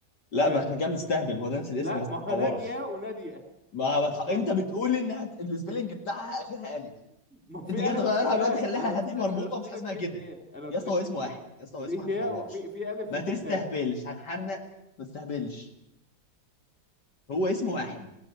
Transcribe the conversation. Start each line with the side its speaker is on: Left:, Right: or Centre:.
Left: لا
Centre: ها
Left: ما احنا كده بنستهبل ما هو ده نفس الاسم
Centre: لا
Left: يا اسطى
Centre: ما
Left: ما
Centre: هو
Left: تحورش
Centre: نادية ونادية
Left: ما هو بتح...
Centre: ها
Left: انت بتقول ان هت... السبيلنج بتاعها اخرها الف
Centre: ما هو في
Left: انت كده
Centre: ألف
Left: تغيرها
Centre: وفي
Left: دلوقتي
Centre: هاء
Left: خليها
Centre: أنا قلت
Left: هتح
Centre: لك
Left: مربوطه
Centre: أنا قلت
Left: مش
Centre: لك
Left: حاجه اسمها
Centre: في
Left: كده
Centre: اتنين أنا
Left: يا
Centre: قلت
Left: اسطى
Centre: لك
Left: هو اسمه
Centre: في اتنين
Left: واحد يا اسطى هو
Centre: في
Left: اسمه واحد
Centre: هاء
Left: ما تحورش
Centre: وفي في ألف
Left: ما
Centre: وفي
Left: تستهبلش
Centre: هاء
Left: هنحرنق ما تستهبلش هو اسمه واحد